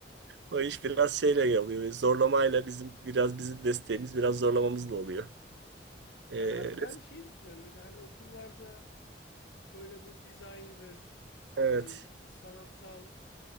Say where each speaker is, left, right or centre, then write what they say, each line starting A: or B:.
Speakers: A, on the right; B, on the left.
A: O iş biraz şeyle oluyor. Zorlamayla bizim biraz bizim desteğimiz biraz zorlamamızla oluyor. Ee,
B: Yani abi
A: res-
B: ben şey düşünüyorum böyle hani okullarda böyle bu dizayndır
A: evet.
B: hani sanatsal